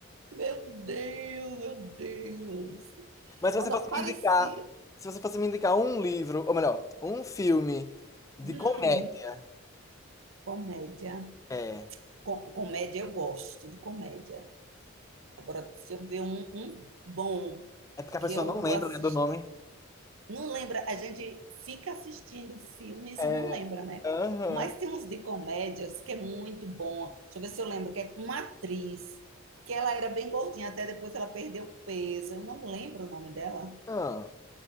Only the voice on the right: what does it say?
Meu Deus, meu Deus.
Quando
aparecia.
Hum,
comédia.
Com- comédia, eu gosto de comédia. Agora, se eu ver um, um bom
que
eu
assisti,
Não lembra, a gente fica assistindo filmes
e não lembra, né?
Mas tem uns de comédias que é muito bom. Deixa eu ver se eu lembro, que é com uma atriz, que ela era bem gordinha, até depois ela perdeu peso. Eu não lembro o nome dela.